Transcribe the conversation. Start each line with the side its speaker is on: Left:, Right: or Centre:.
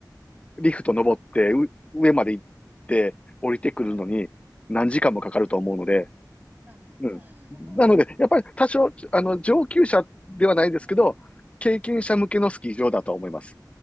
Left: リフト登ってう上まで行って降りてくるのに何時間もかかると思うので、
Right: はい。あ、
Left: うん。
Right: そう。
Left: なので、
Right: <laughs>
Left: やっぱり多少、あの、上級者ではないですけど、
Right: うん、うん。
Left: 経験者向けのスキー場だと思います。